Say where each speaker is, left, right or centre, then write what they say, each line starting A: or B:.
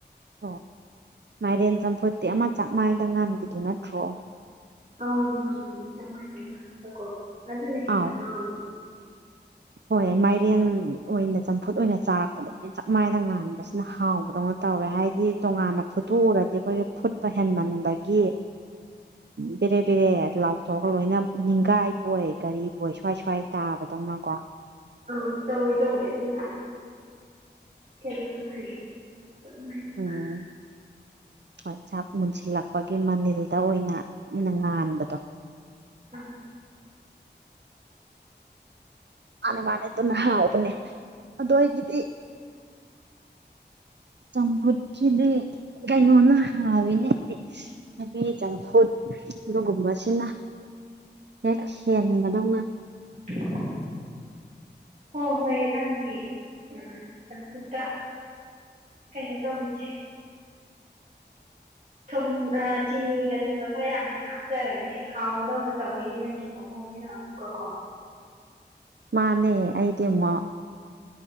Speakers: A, on the right (about 75°); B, on the right (about 45°).
A: ꯑꯣ ꯃꯥꯏꯔꯦꯟ ꯆꯝꯐꯨꯠꯇꯤ ꯑꯃ ꯆꯥꯛꯃꯥꯏꯗ ꯉꯥꯟꯕꯤꯗꯨ ꯅꯠꯇ꯭ꯔꯣ
B: ꯑꯧ ꯃꯥꯅꯦ ꯃꯥꯅꯦ ꯆꯥꯛꯃꯥꯢꯗ ꯉꯥꯟꯕꯅꯀꯣ ꯑꯗꯨꯅ ꯍꯦꯟꯅ
A: ꯑꯥꯎ
B: ꯍꯥꯎꯋꯤ
A: ꯍꯣꯏ ꯃꯥꯏꯔꯦꯟ ꯑꯣꯏꯅ ꯆꯝꯐꯨꯠ ꯑꯣꯏꯅ ꯆꯥꯔꯛꯄꯗꯗꯤ ꯆꯞ ꯃꯥꯟꯅ ꯉꯥꯟꯕꯕꯁꯤꯅ ꯍꯥꯎꯕꯗꯧꯅ ꯇꯧꯋꯦ ꯍꯥꯏꯗꯤ ꯇꯣꯉꯥꯟꯅ ꯐꯨꯠꯇꯣꯛꯎꯔꯗꯤ ꯑꯩꯈꯣꯏꯒꯤ ꯐꯨꯠꯄ ꯍꯦꯟꯃꯟꯕꯒꯤ ꯕꯦꯔꯦ ꯕꯦꯔꯦ ꯂꯥꯎꯊꯣꯛꯑꯒ ꯂꯣꯏꯅ ꯅꯤꯡꯒꯥꯏꯕꯣꯏ ꯔꯤꯕꯣꯏ ꯁ꯭ꯋꯥꯏ ꯁ꯭ꯋꯥꯏ ꯇꯥꯕꯗꯧꯅꯀꯣ
B: ꯑꯧ ꯇꯧꯏ ꯇꯧꯏ ꯑꯗꯨꯅ ꯀꯩꯅꯣ ꯐꯩ <unintelligible>
A: ꯎꯝ ꯍꯣꯏ ꯆꯥꯛ ꯃꯨꯟꯁꯤꯜꯂꯛ ꯄꯥꯒꯤ ꯃꯅꯤꯜꯗ ꯑꯣꯏꯅ ꯑꯩꯅ ꯉꯥꯟꯕꯗꯣ
B: ꯑ
A: ꯃꯥꯅꯦ ꯃꯥꯅꯦ ꯑꯗꯨꯅ ꯍꯥꯎꯕꯅꯦ ꯑꯗꯨ ꯑꯩꯒꯤꯗꯤ ꯆꯝꯐꯨꯠꯀꯤꯗꯤ ꯀꯩꯅꯣꯅ ꯍꯥꯎꯋꯤꯅꯦ ꯑꯩꯗꯤ ꯊꯥꯕꯤ ꯆꯝꯐꯨꯠ ꯑꯗꯨꯒꯨꯝꯕꯁꯤꯅ ꯍꯦꯛ ꯍꯦꯟꯕꯗꯧꯅ
B: <unintelligible> ꯍꯣꯏ ꯍꯣꯏ ꯅꯪꯒꯤ ꯎꯝ ꯆꯝꯐꯨꯠꯇ ꯀꯩꯅꯣ ꯇꯧꯈꯤꯁꯦ ꯊꯨꯝ ꯑꯥ ꯆꯤꯅꯤꯒ ꯊꯨꯝꯒ ꯈꯔ ꯌꯥꯝ ꯍꯦꯛ ꯍꯥꯞꯆꯔꯒ ꯍꯦꯛ ꯍꯥꯎꯕꯗꯧꯅ ꯇꯧꯋꯤꯅꯦ ꯅꯪꯒꯤ ꯃꯑꯣꯡꯁꯤꯅ ꯑꯃꯨꯛꯀꯀꯣ
A: ꯃꯥꯅꯦ ꯑꯩꯗꯤꯃꯨꯛ